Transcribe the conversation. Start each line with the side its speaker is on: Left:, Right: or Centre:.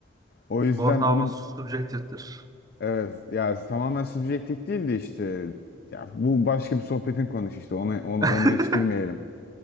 Left: O yüzden
Right: Ortalama
Left: onu
Right: subjektiftir.
Left: evet ya tamamen subjektif değil de işte ya bu başka bir sohbetin konusu işte ona ona
Right: <laughs>
Left: ona hiç girmeyelim.